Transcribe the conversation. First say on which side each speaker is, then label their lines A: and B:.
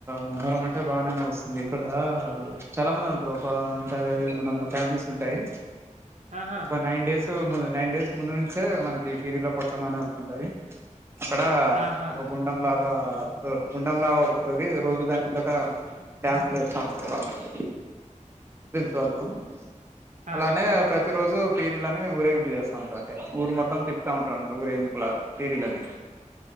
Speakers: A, on the right; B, on the right.
A: మొహరం అంటే బానే నడుస్తుంది ఇక్కడా చాలా మంది ఉన్ టరు ఒకా నూట యాభై రెండు వందల ఫ్యామిలీస్ ఉంటయి
B: ఆహా
A: ఒక నైన్ డేస్ స్ ముందు నైన్ డేస్ ముందు నుంచే మనకి ఫీరీల కొట్టమనే ఒకటుంటది. అక్కడా
B: ఆహా
A: ఒక గుండంలాగా ఒ గుండెం లాగా కొతది రోజు దాని ముందట డ్యాన్స్లెలేస్త ఉంటరు <unintelligible>
B: ఆ
A: అలానే ప్రతి రోజు పీరీలనిఊరేగింపు చేస్తా ఉంటారు అంటె ఊరు మొత్తం తిప్పుతా ఉంటారన్నమాట ఊరేగింపు లాగా పీరీలని